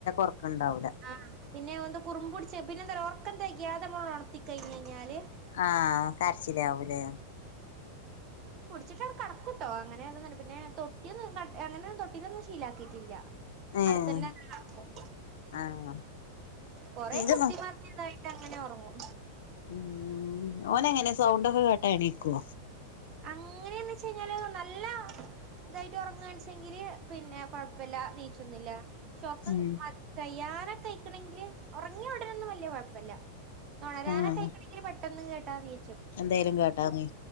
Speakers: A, on the left (about 55°); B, on the right (about 35°).
A: ഒറക്കം ഇണ്ടാവൂല
B: ആ പിന്നെ ഒന്ത് കുറുമ്പ് പിടിച്ച് പിന്നെന്ത ഓർ. ക്കാ തേഖ്യത്തെ നടത്തിഴിഞ് കഴിഞ്ഞാല്
A: ആ കരച്ചിലാവുലെ?
B: ഉച്ചക്കങ്ങട്ട് കടക്കൂട്ടോ അങ്ങനെ പിന്നെ തൊട്ടി അങ്ങനൊന്നും തൊട്ടീലൊന്നും ശീലക്കിട്ടില്ല.
A: ഏഹ്
B: അടുത്തന്നെ കടത്തും.
A: ആഹ്
B: കൊറെ
A: ഇന്റെ
B: കുത്തിമാർഞ്ഞതായിട്ട് ങ്ങനെ ഉറങ്ങും.
A: മ് ഓനങ്ങനെ സൗണ്ടൊക്കെ കേട്ട എണീക്കോ?
B: അങ്ങനെയന്ന് വച്ച കഴിഞ്ഞാല് നല്ല- ഇതായിട്ട് ഉറങ്ങ കാണിച്ചെങ്കില് പിന്നെ കൊഴപ്പില്ല നീച്ചോന്നില്ല. ചൊർക്കം
A: ഉം
B: കയ്യാനൊക്കെ കഴിക്കണമെങ്കില് ഉറങ്ങി ഉടാനൊന്നും വല്ല്യ കൊയപ്പല്ല. നൊണയനിക്കായിക്കനെങ്കിൽ
A: ആഹ്
B: പെട്ടെന്ന് കേട്ടാ നീച്ചും.
A: എന്തേലും കേട്ടാന്ന്